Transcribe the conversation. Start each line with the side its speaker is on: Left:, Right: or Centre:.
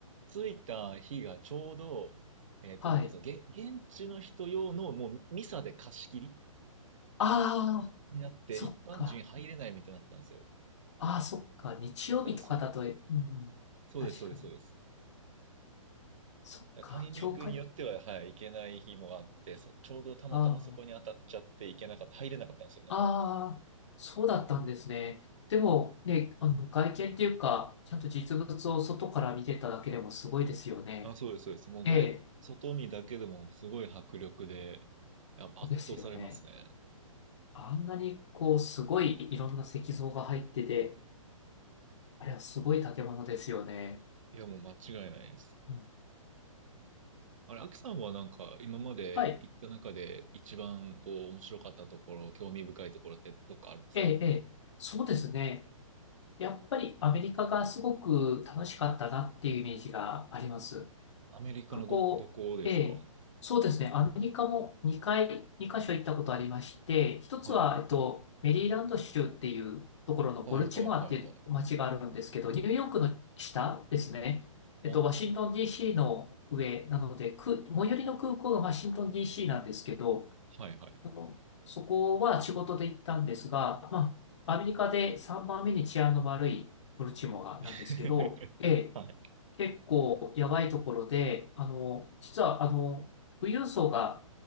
Right: 着いた日がちょうど、えっと、
Left: はい。
Right: なんかそう、げ、現地の人用のもうミサで貸し切り
Left: ああ、
Right: になって、
Left: そっか。
Right: 一般人入れないみたいになったんですよ。
Left: ああ、そっか。日曜日とかだと、
Right: そう、だからそう、
Left: うん、
Right: そうです、
Left: 確かに。
Right: そうです、そうです。
Left: そっか。
Right: だからタイミングによっては、
Left: 教会。
Right: はい、行けない日もあって、そ、ちょうどたまたまそこに当たっちゃって行けなかった、
Left: あ
Right: 入れなかったんですよね。
Left: あ、ああ、そうだったんですね。でも、ね、あの、外見っていうか、ちゃんと実物を外から見てただけでもすごいですよね。
Right: あ、そうです、そうです。もう外、
Left: ええ、
Right: 外見だけでもすごい迫力で、あ圧倒されますね。
Left: そうですよね。あんなにこう、すごいいろんな石像が入ってて、あれはすごい建物ですよね。
Right: いや、もう間違いないです。
Left: うん
Right: あれ、アキさんはなんか、今まで行った中で一番こう、
Left: はい。
Right: 面白かったところ、興味深いところってどっかあるんですか
Left: ええ、ええ。そうですね。やっぱりアメリカがすごく楽しかったなっていうイメージがあります。
Right: アメリカのど、
Left: こう、
Right: どこですかはい。
Left: ええ、そうですね。アメリカも2回、2カ所行ったことありまして、一つは、
Right: はい、
Left: えっと、メリーランド州っていうところのボルチモアっていう街があるんですけど、
Right: はい、はい、はい。
Left: ニューヨークの下ですね。えっと、
Right: ああ、
Left: ワシントン DC の上なので、く、最寄りの空港がワシントン DC なんですけど、
Right: はいはい。
Left: あの、そこは仕事で行ったんですが、まあ、アメリカで3番目に治安の悪いボルチモアなんですけど、
Right: <laughs>
Left: ええ、
Right: はい。
Left: 結構やばいところで、あの、実は、あの、富裕層が